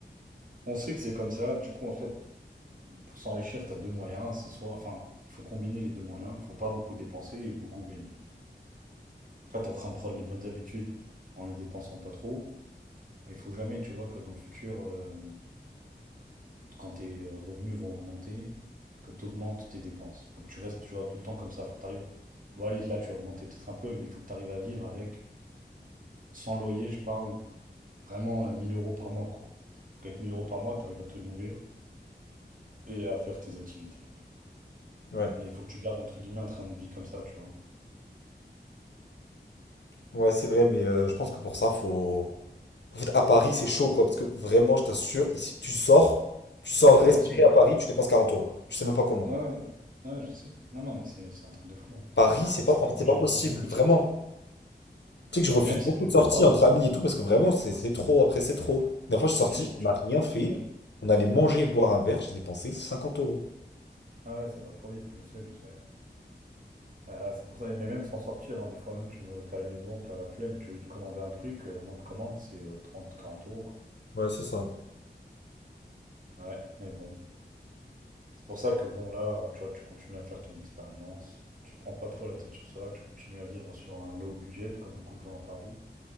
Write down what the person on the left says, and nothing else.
Ouais.
Ouais, c'est vrai, mais euh, je pense que pour ça, faut. En fait, à Paris, c'est chaud, quoi. Parce que vraiment, je t'assure, ici, tu sors, tu sors
respirer
à Paris, tu dépenses 40 euros. Je sais même pas comment.
Paris, c'est pas.
En fait,
c'est pas
possible,
vraiment.
Tu sais que je refuse
beaucoup
de
sorties
entre amis et tout, parce que vraiment, c'est c'est trop. Après, c'est trop. La dernière fois, je suis sorti,
on
n'a rien fait.
On allait manger et boire un verre, j'ai dépensé 50 euros.
Ouais, c'est ça.